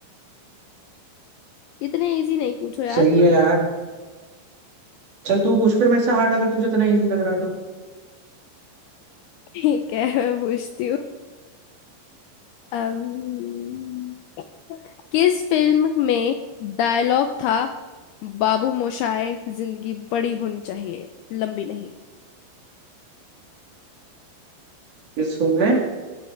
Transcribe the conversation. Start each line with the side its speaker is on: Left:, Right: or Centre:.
Left: इतने इजी नहीं पूछो यार
Right: सही
Left: पर
Right: है यार चल तू पूछ फिर मेरे से हार्ड अगर तुझे इतना इजी लग रहा है तो
Left: ठीक है <laughs> मैं पूछती हूँ अम्म, किस फिल्म में डायलॉग था बाबू मोशाय जिंदगी बड़ी होनी चाहिए लंबी नहीं
Right: इस फिल्म में